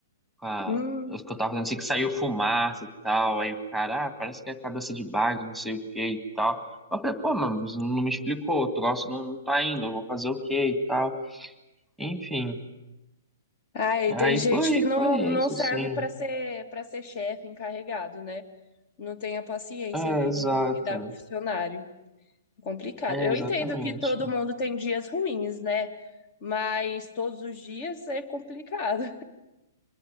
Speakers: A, in the centre; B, on the left (about 45°).
A: com a,
B: hum.
A: os que eu tava fazendo, assim, que saiu fumaça e tal, aí o cara, ah, parece que é cabeça de bag, não sei o que e tal. Eu falei, pô, mas não me explicou, o troço não, não tá indo, eu vou fazer o quê e tal. Enfim,
B: Aí tem
A: aí
B: gente
A: foi,
B: que não,
A: foi isso,
B: não serve
A: sim.
B: para ser para ser chefe encarregado, né? Não tem a paciência
A: É,
B: ali
A: exato.
B: de lidar com o funcionário. Complicado.
A: É,
B: Eu
A: exatamente.
B: entendo que todo mundo tem dias ruins, né? Mas todos os dias é complicado.